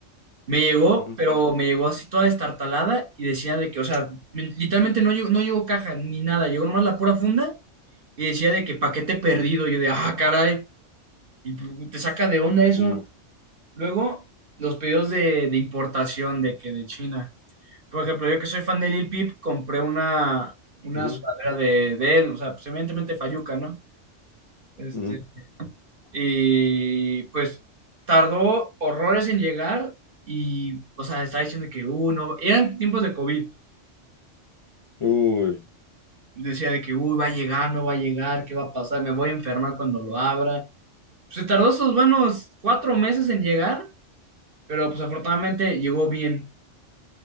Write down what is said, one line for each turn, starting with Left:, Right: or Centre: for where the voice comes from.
Right: Me llegó,
Left: Ujú.
Right: pero me llegó así toda destartalada y decía de que, o sea, me- literalmente no llegó, no llegó caja ni nada, llegó nomás la pura funda y decía de que paquete perdido. Yo de, ah, caray, y pu- te saca de onda eso.
Left: Uf,
Right: Luego, los pedidos de, de importación de que de China. Por ejemplo, yo que soy fan de Lil Peep, compré una, una
Left: ujú,
Right: sudadera de, de él, o sea, pues evidentemente Fayuca, ¿no? Este,
Left: ujú.
Right: Y pues tardó horrores en llegar y, o sea, estaba diciendo que, uh, no, eran tiempos de COVID.
Left: Uy,
Right: Decía de que, uy, va a llegar, no va a llegar, ¿qué va a pasar? Me voy a enfermar cuando lo abra. Se tardó esos buenos cuatro meses en llegar, pero pues afortunadamente llegó bien.